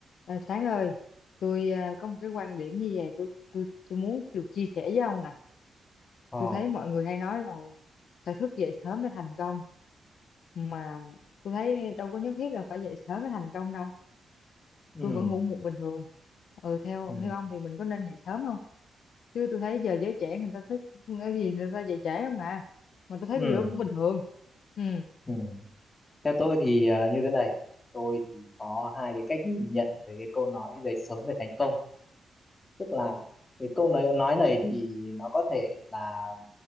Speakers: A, on the left; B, on the left.
A: À, Sáng ơi, tôi à, có một cái quan điểm như vậy, tôi tôi tôi muốn được chia sẻ với ông nè.
B: Ờ,
A: Tôi thấy mọi người hay nói là phải thức dậy sớm để thành công, mà tôi thấy đâu có nhất thiết là phải dậy sớm để thành công đâu.
B: ừ,
A: Tôi vẫn ngủ muộn bình thường. Ừ, theo
B: ừ,
A: theo ông thì mình có nên dậy sớm không? Chứ tôi thấy giờ giới trẻ người ta thức cái gì người ta dậy trễ không à? Mà tôi thấy
B: ừ,
A: cái điều đó cũng bình thường. Ừ,
B: ừ. Theo tôi thì ờ, như thế này, tôi thì có hai cái cách nhìn nhận về cái câu nói dậy sớm để thành công. tức là cái câu nói nói này thì nó có thể là